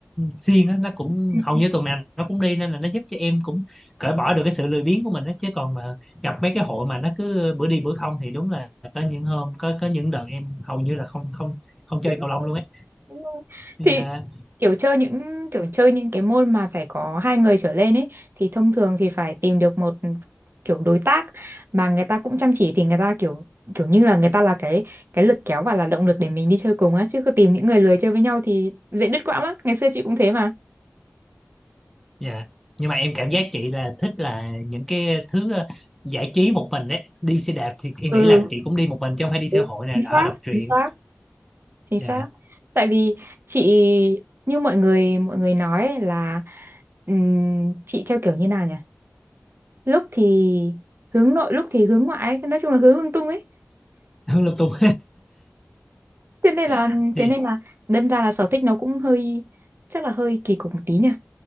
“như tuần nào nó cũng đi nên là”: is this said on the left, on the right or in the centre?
Centre